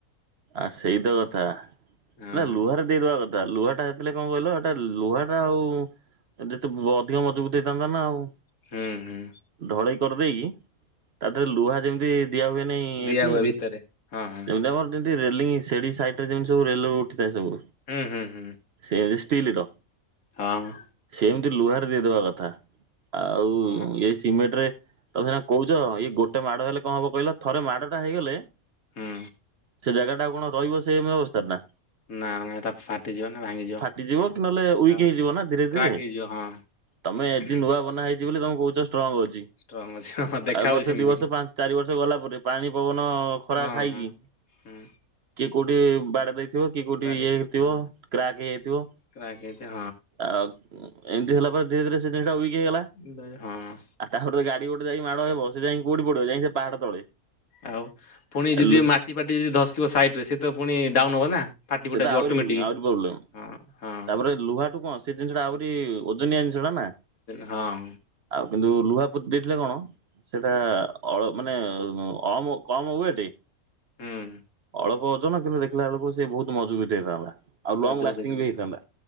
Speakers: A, on the right; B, on the left.
A: ଆ ସେଇତ କଥା ହେଲା
B: ହଁ
A: ଲୁହାରେ ଦେଇଦବା କଥା। ଲୁହାଟା ହୋଇଥିଲେ କଣ କହିଲ ଏଟା ଲୁହା ଟା ଆଉ ଯେତେ ଅଧିକ ମଜବୁତ ହେଇଥାନ୍ତା ନା ଆଉ।
B: ହୁଁ ହୁଁ।
A: ଢଳେଇ କରିଦେଇକି ତାହା ଦେହରେ ଲୁହା ଯେମିତି ଦିଆ ହୁଏ ନାହି
B: ଦିଆ
A: ଏଠି
B: ହୁଏ ଭିତରେ ହଁ ହଁ
A: ଯେମିତି ଆମର ରେଲିଙ୍ଗି ସେଡି ସାଇଟ୍ ରେ ଯେମି ସବୁ ରେଲ ର ଉଠଥାଏ ସବୁ
B: ହୁଁ ହୁଁ ହୁଁ।
A: ଏ ଷ୍ଟିଲ ର।
B: ହଁ ହଁ।
A: ଏମିତି ଲୁହାର ଦେଇଦବା କଥା। ଆଉ
B: ହଁ
A: ଏଇ ସିମେଣ୍ଟ ରେ- ତମେ ସେନା କହୁଛ ଇଏ ଗୋଟେ ମାଡ ହେଲେ କଣ ହବ କହିଲା ଥରେ ମାଡଟା ହେଇଗଲେ।
B: ହୁଁ।
A: ସେ ଜାଗା ଟା କଣ ରହିବ ସେ ଅବସ୍ଥାରେ ନା।
B: ନା ନା ଏଟା ଫାଟିଯିବ ନା ଭାଙ୍ଗିଯିବ
A: ଫାଟିଯିବ କି ନହେଲେ ୱିକ୍
B: ଆଉ
A: ହେଇଯିବ ନା ଧୀରେ ଧୀରେ
B: କ୍ରାକ୍ ହେଇଯିବ ହଁ।
A: ତମେ ଆଜି ନୂଆ ବନା ହେଇଛି ବୋଲି ତମ କହୁଛ ଷ୍ଟ୍ରଙ୍ଗ ଅଛି
B: ଷ୍ଟ୍ରଙ୍ଗ ଅଛି ହଁ ଦେଖା
A: ଏବର୍ଷ
B: ହଉଛି ସେମିତି
A: ଦି ବର୍ଷ ପାଞ୍ଚ ଚାରି ବର୍ଷ ଗଲା ପରେ ପାଣି ପବନ ଖରା
B: ହଁ
A: ଖାଇକି
B: ହଁ ହୁଁ।
A: କୋଉଠି ବାଡେଇ ଥିବ କି କୋଉଠି
B: ବାଡେଇ
A: ଇଏ ହେଇଥିବ
B: ହଁ
A: କ୍ରାକ୍ ହେଇଯଥିବ
B: କ୍ରାକ୍ ହେଇଥିବ
A: ଆଉ ଏମିତି ହେଲା ପରେ ଧୀରେ ଧୀରେ ସେ ଦିଟା ଇ ହେଲା
B: ହଁ ହଁ
A: ଆଉ ତା ଗାଡି ଡି ଗୋଟେ ଯାଇ ମାଡ଼ ହେବ ସେ ଯାଇକି କଉଠି ପଡିବ ଯାଇକି ପାହାଡ ତଳେ।
B: ଆଉ ପୁଣି
A: ଆଲୋ
B: ଯଦି ମାଟି ପାଟି ଯଦି ଧସକିବ ସାଇଟ ରେ ସେ ତ ପୁଣି ଡାଉନ ହବ ନା ଫାଟି ଫୁଟା
A: ସେତ
B: ଯିବ
A: ଆହୁରି
B: ଅଟୋମେଟିକ
A: ଆହୁରି ପ୍ରୋବ୍ଲେମ।
B: ହଁ ହଁ
A: ତାପରେ ଲୁହାଠୁ କଣ ସେ ଜିନିଷଟା ଆହୁରି ଓଜନିଆ ଜିନିଷଟା ନା
B: ହଁ।
A: ଆଉ କିନ୍ତୁ ଲୁହା ପୋତି ଦେଇଥିଲେ କଣ ସେଟା ଅଳ ମାନେ କମ କମ ୱେଟ
B: ହୁଁ।
A: ଅଳପ ଓଜନ କିନ୍ତୁ ଦେଖିଲା ବେଳକୁ ସେ ବହୁତ ମଜବୁତିଆ ହେଇଥାନ୍ତା ଆଉ
B: ମଜବୁତ
A: ଲଙ୍ଗ ଲାଷ୍ଟିଙ୍ଗ
B: ହେଇଥାନ୍ତା
A: ବି